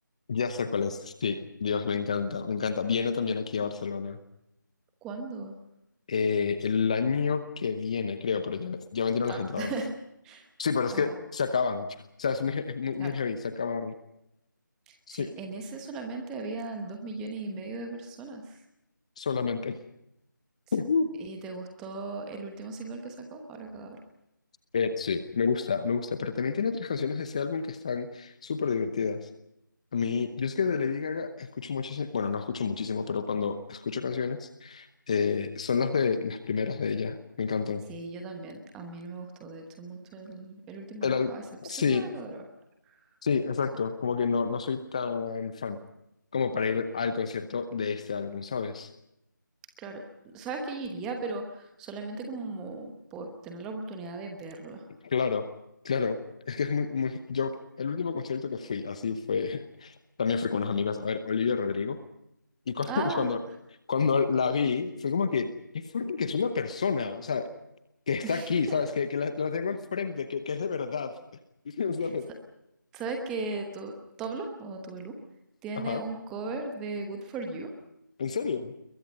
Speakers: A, on the left; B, in the centre.
A: ya sé cuál es. Sí, Dios, me encanta, me encanta. Viene también aquí a Barcelona.
B: ¿Cuándo?
A: eh, el año que viene, creo, pero ya, ya vendieron las
B: Ah,
A: entradas.
B: <laughs>
A: Sí, pero es que
B: oh,
A: se acaban. O sea, es muy, es muy,
B: claro.
A: muy heavy, se acabaron. Sí,
B: Sí, en ese solamente habían dos millones y medio de personas.
A: solamente.
B: Sí.
A: <laughs>
B: ¿Y te gustó el último single que sacó? Ahora Cadabra.
A: Eh, sí, me gusta, me gusta. Pero también tiene otras canciones de ese álbum que están súper divertidas. A mí, yo es que de Lady Gaga escucho muchísimo, bueno, no escucho muchísimo, pero cuando escucho canciones, eh, son las de las primeras de ella. Me encantan.
B: Sí, yo también. A mí no me gustó de hecho mucho el, el último
A: El
B: disco,
A: al-
B: a excepción
A: sí,
B: de Ahora Cadabra.
A: sí, exacto.
B: Sí.
A: Como que no, no soy tan fan como para ir al concierto de este álbum, ¿sabes?
B: Claro, sabes que yo iría, pero solamente como por tener la oportunidad de verla.
A: Claro, claro. Es que es muy, muy- Yo, el último concierto que fui, así fue, <laughs> también fui con unas amigas, a ver, Olivia Rodrigo. Y cuando,
B: Ah,
A: <laughs> cuando, cuando la vi, fue como que, qué fuerte que es una persona, o sea, que está
B: <laughs>
A: aquí, ¿sabes? Que, que la, la tengo enfrente, que, que es de verdad, <laughs> ¿sabes?
B: Sa- ¿Sabes que tu Toblo o Tubelú tiene
A: Ajá,
B: un cover de Good For You?
A: ¿en serio?